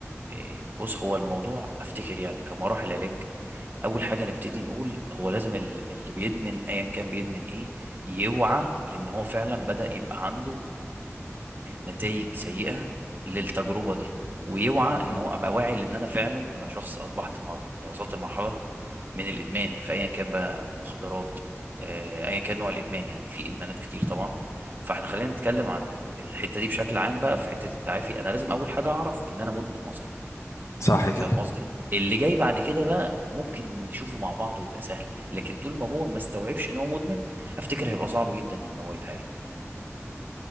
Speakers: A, on the right (about 40°); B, on the left (about 70°).
A: إيه، بص هو الموضوع افتكر يعني كمراحل علاج اول حاجه نبتدي نقول هو لازم ال- اللي بيدمن ايا كان بيدمن ايه يوعى لان هو فعلا بدا يبقى عنده نتائج سيئه للتجربه دي ويوعى ان
B: مم.
A: هو ابقى واعي لان انا فعلا انا شخص اصبحت مره وصلت لمرحله من الادمان فايا كان بقى مخدرات آه، ايا كان نوع الادمان يعني في ادمانات كتير طبعا فاحنا خلينا نتكلم عن ال- الحته دي بشكل عام بقى في حته التعافي انا لازم اول حاجه اعرف ان انا مدمن اصلا
B: صح كده
A: فاهم قصدي اللي جاي بعد كده بقى ممكن نشوفه مع بعض ويبقى سهل لكن طول ما هو ما استوعبش ان هو مدمن افتكر هيبقى صعب جدا ان هو يتعالج